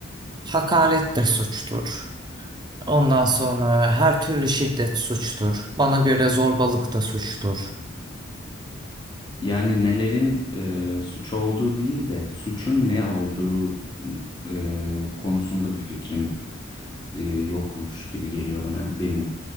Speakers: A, on the right (about 20°); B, on the left (about 20°).
A: Hakaret de suçtur. Ondan sonra her türlü şiddet suçtur. Bana göre zorbalık da suçtur.
B: Yani nelerin e, suç olduğu değil de suçun ne olduğu e, konusunda bir fikrim e, yokmuş gibi geliyor bana benim.